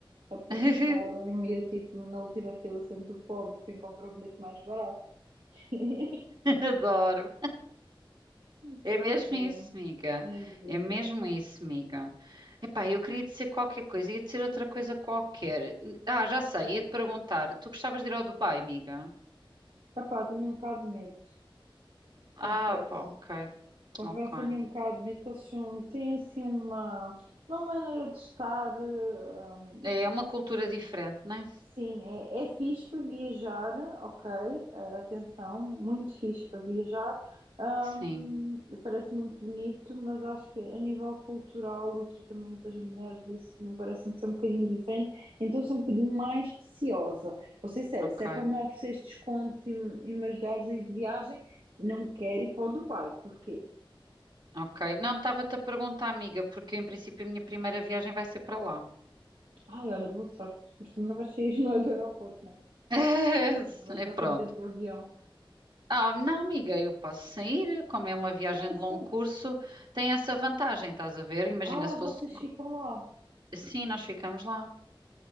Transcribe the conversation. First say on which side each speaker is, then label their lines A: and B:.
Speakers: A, on the right (about 80°); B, on the right (about 55°).
A: a passarem-me
B: <laughs>
A: e tipo, na última fila sendo o pobre, quem comprou o bilhete mais barato. <laughs>
B: Adoro.
A: Mas
B: É
A: Pronto,
B: mesmo isso, amiga.
A: é, é a vida.
B: É mesmo isso, amiga. Epá, eu queria dizer qualquer coisa, ia dizer outra coisa qualquer. Ah, já sei,
A: Então,
B: ia te perguntar. Tu gostavas de ir ao Dubai, amiga?
A: epá, tenho um bocado de medo, confesso.
B: Ah, pá, ok,
A: Confesso,
B: ok.
A: tenho um bocado de medo que eles são, têm assim uma, uma maneira de estar eh,
B: É uma cultura diferente, não é?
A: Sim, é, é fixe para viajar, ok, eh, atenção, muito fixe para viajar. Ahm,
B: Sim,
A: parece muito bonito, mas acho que a nível cultural, o tratamento das mulheres, isso me parece-me ser um bocadinho diferente, então sou um bocadinho mais receosa. Vou ser sério,
B: ok,
A: se é para me ofereceres descontos e, me- e me ajudares a ir de viagem, não quero ir para o Dubai, porquê?
B: ok. Não, estava-te a perguntar, amiga, porque em princípio a minha primeira viagem vai ser para lá.
A: Ai, olha, boa sorte, mas também não vais sair, <laughs> não é do aeroporto, né?
B: <laughs>
A: Vais estar vai estar
B: É pronto.
A: sempre dentro do avião.
B: Ah, não, amiga, eu posso sair, como é uma viagem
A: Sim,
B: de
A: sim.
B: longo curso, tem essa vantagem, estás a ver? Imagina
A: Ah,
B: se fosse
A: vocês ficam lá.
B: Sim, nós ficamos lá.